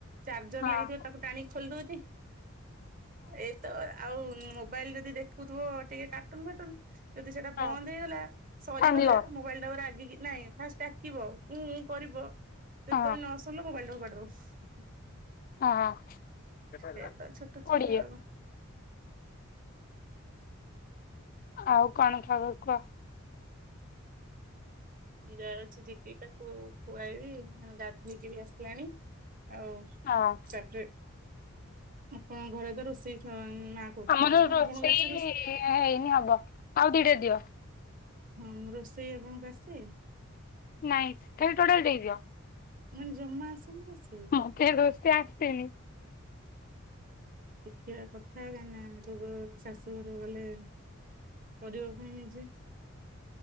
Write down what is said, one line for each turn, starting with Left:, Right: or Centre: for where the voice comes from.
Right: ଚାର୍ଜର
Left: ହଁ
Right: ଲାଗିଥିବ ତାକୁ ଟାଣିକି? ଖୋଲି ଦଉଛି ଏଇତ ଆଉ ମୋବାଇଲି ରେ ଯଦି ଦେଖୁଥିବ ଟିକେ କାଟୁନୁ ଫାଟୁନ ଯଦି ସେଟା ବନ୍ଦ
Left: ହଁ
Right: ହେଇଗଲା ସରିଗଲା
Left: କାନ୍ଦିବ
Right: ମୋବାଇଲ ଟାକୁ ରାଗିକି ନାଇଁ ଫାଷ୍ଟେ ଡାକିବ ଉଁ ଉଁ କରିବ ଯଦି
Left: ହଁ
Right: ତମେ ନ ଶୁଣିଲ ମୋବାଇଲିଟାକୁ ଫୁପାଡି ଦବ।
Left: ହଁ କୋଡିଏ
Right: ଏ ତ ଛୋଟ ଛୁଆ ଆଉ।
Left: ଆଉ କଣ ଖବ କହ
Right: ଯାଉଛି ଯିବି ତାକୁ ଖୁଆଇବି ଗାଧେଇକି ବି ଆସିଲାଣି ଆଉ
Left: ହଁ।
Right: ତାପରେ ଆପଣଙ୍କ ଘରେ ତ ରୋଷେଇ ମା କରୁଛନ୍ତି
Left: ଆମର
Right: ନା
Left: ରୋଷେଇ
Right: ଆପଣଙ୍କୁ ଆସେ
Left: ହେଇନି ହବ ଆଉ ଦିଟା ଦିଅ।
Right: ହୁଁ ରୋଷେଇ ଆପଣଙ୍କୁ ଆସେ?
Left: ନାଇଁ ସେଠୁଟୋଟାଲ ଦେଇଦିଅ।?
Right: ମାନେ ଜମା ଆସେନି ରୋଷେଇ
Left: ମତେ ରୋଷେଇ ଆସେନି।
Right: ଶିଖିବା କଥା କାହିଁକି ନା? କେବେ ଶାଶୁଘର ଗଲେ କରିବ୍ ପୁଣି ନିଜେ